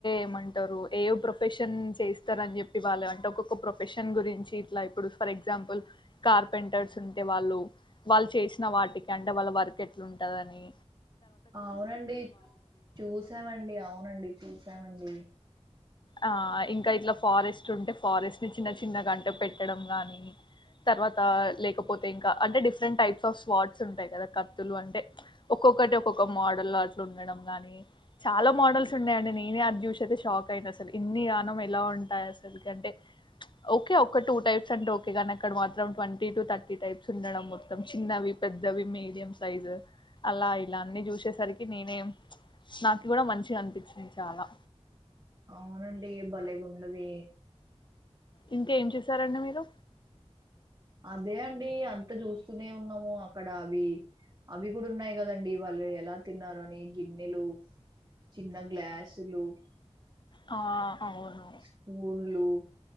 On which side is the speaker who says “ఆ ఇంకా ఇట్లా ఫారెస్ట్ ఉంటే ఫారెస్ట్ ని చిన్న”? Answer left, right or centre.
Left